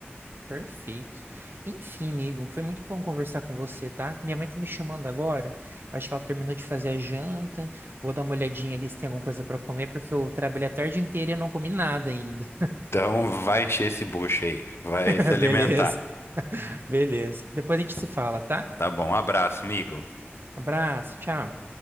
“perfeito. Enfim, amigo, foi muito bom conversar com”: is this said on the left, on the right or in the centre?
Right